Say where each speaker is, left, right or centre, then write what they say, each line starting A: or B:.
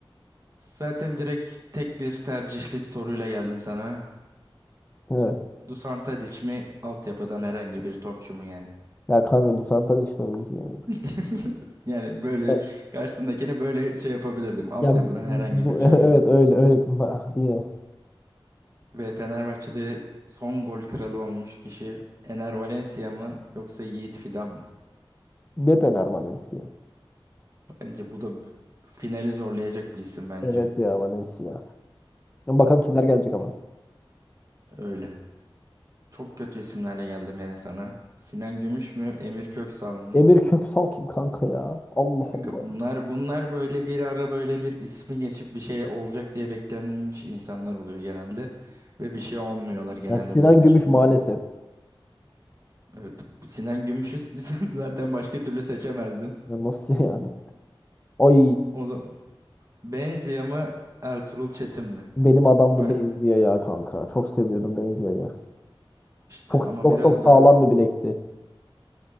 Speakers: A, on the right; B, on the left.
A: Zaten direkt tek bir tercihli bir soruyla geldim sana.
B: Evet.
A: Dusan Tadic mi altyapıdan herhangi bir topçu mu yani?
B: Ya kanka Dusan Tadic tabii ki. yani.
A: <laughs> Yani böyle
B: Evet.
A: karşısındakini böyle şey yapabilirdim. Altyapıdan
B: Ya bu,
A: herhangi bir çocuk.
B: <laughs> evet öyle öyle. Ah, Yine.
A: Ve Fenerbahçe'de son gol kralı olmuş kişi Ener Valencia mı yoksa Yiğit Fidan mı?
B: Ne döner Valencia?
A: Bence bu da finali zorlayacak bir isim bence.
B: Evet ya Valencia. Ya Bakalım kimler
A: Evet,
B: gelecek ama.
A: öyle. Çok kötü isimlerle geldim yani sana. Sinan Gümüş mü, Emir Köksal mı?
B: Emir Köksal kim kanka ya? Allah
A: Kanka
B: Allah.
A: bunlar bunlar böyle bir ara böyle bir ismi geçip bir şey olacak diye beklenmiş insanlar oluyor genelde ve bir şey olmuyorlar genelde
B: Ya Sinan
A: bunların
B: Gümüş
A: hiçbirinde.
B: maalesef.
A: Evet. Sinan Gümüş'ü <laughs> zaten başka türlü seçemezdin.
B: Ya nasıl yani? Ay
A: O zaman Benzia mı Ertuğrul Çetin mi?
B: benim adamdı
A: Vay
B: Benzia
A: be.
B: ya kanka. Çok seviyordum Benzia'yı.
A: işte
B: Çok
A: ama
B: çok
A: biraz
B: çok sağlam
A: da
B: bir bilekti.